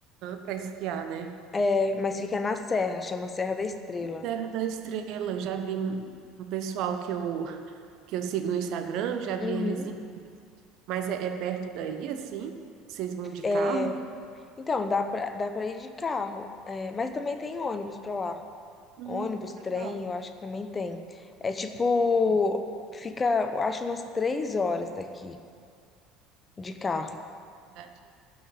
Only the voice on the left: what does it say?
É, mas fica na serra, chama Serra da Estrela.
Uhum.
É, Então, dá pra, dá pra ir de carro, é, mas também tem ônibus pra lá.
Ônibus,
trem, eu acho que também tem. É tipo, fica, eu acho umas três horas daqui de carro.